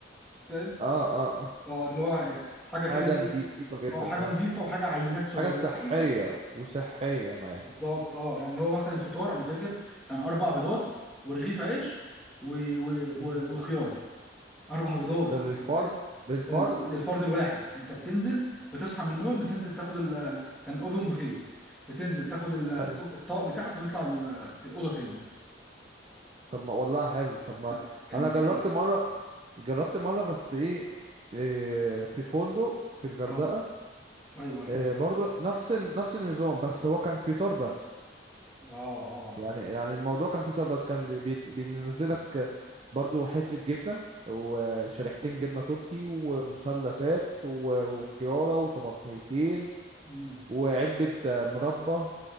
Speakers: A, in the centre; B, on the right.
A: فاهم
B: اه اه اه
A: اه اللي هو حاجه كده
B: حاجه
A: ايه
B: نضيفه جدا
A: اه حاجه
B: اه
A: نظيفه وحاجه عينات صغيره
B: حاجه صحيه
A: كده
B: وصحيه معاك
A: بالظبط اه يعني اللي هو مثلا الفطار انا فاكر كان اربع بيضات ورغيف عيش و... و... و...
B: امم
A: وخياره اربع بيضات
B: ده للفرد
A: <laughs>
B: للفرد
A: ده لل- للفرد الواحد انت بتنزل بتصحى من النوم بتنزل تاخد ال... كان اوبن بوفيه بتنزل تاخد ال-
B: حلو
A: الطبق بتاعك وتطلع ال- الاوضه تاني
B: طب ما والله حلو طب ما
A: لا كان
B: انا
A: جامد
B: جربت مره جربت مره بس ايه إيه، في فندق في الغردقه
A: اه ايوه ايوه
B: آه، برضو نفس نفس النظام بس هو كان في تار بس
A: اه اه
B: يعني يعني الموضوع كان في تار بس كان بي- بينزلك برضو حتة جبنة وشريحتين جبنة تركي ومثلثات و- وكيارة وطماطميتين
A: امم
B: وعلبة آه، مربى